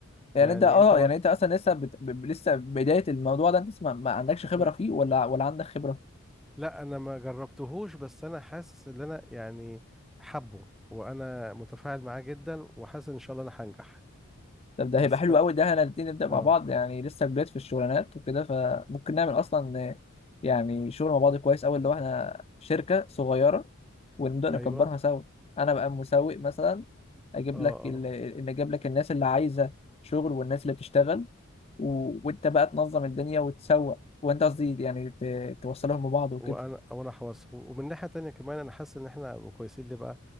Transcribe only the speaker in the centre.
يعني
انت مر...
ما...
لا انا ما جربتهوش بس انا حاسس ان انا يعني حبه وانا متفاعل معاه جدا وحاسس ان شاء الله انا هنجح
بس
انا
اه
ايوه
اه
اه
وانا وانا حواس ومن ناحية تانية كمان انا حاسس ان احنا هنبقى كويسين ليه بقى